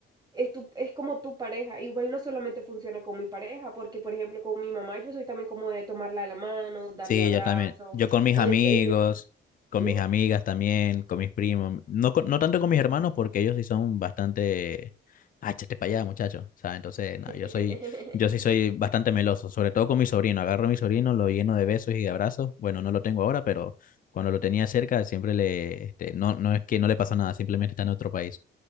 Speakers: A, on the right (about 20°); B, on the left (about 45°).
A: es, tu, es como tu pareja. Igual no solamente funciona con mi pareja, porque por ejemplo con mi mamá yo soy también como de tomarla de la mano, darle
B: Sí,
A: abrazo
B: yo también. Yo con mis
A: o
B: amigos,
A: despedir.
B: con
A: Sí.
B: mis amigas también, con mis primos. No, con- no tanto con mis hermanos porque ellos sí son bastante... Ah, échate para allá, muchacho. O sea, entonces,
A: <laughs>
B: nada, yo soy, yo sí soy bastante meloso, sobre todo con mi sobrino. Agarro a mi sobrino, lo lleno de besos y de abrazos. Bueno, no lo tengo ahora, pero cuando lo tenía cerca, siempre le, este, no, no es que no le pasó nada, simplemente está en otro país.